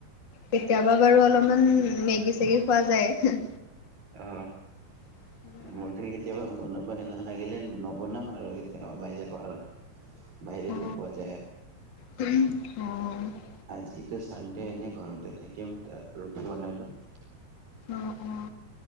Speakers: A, on the left; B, on the right.
A: কেতিয়াবা বাৰু অলপমান মেগী চেগি খোৱা যায়।
B: অ
A: <inaudible>
B: মূঠি কেতিয়াবা বনাবা এলা লাগিলে নবনাও আৰু কেতিয়াবা ওলাই যাব আৰু বাহিৰতে
A: অ
B: খোৱা যায় আৰু
A: অ
B: আজিতো চানডে এনে ঘৰতে থাকিম ৰুটি বনাই লও।
A: অ অ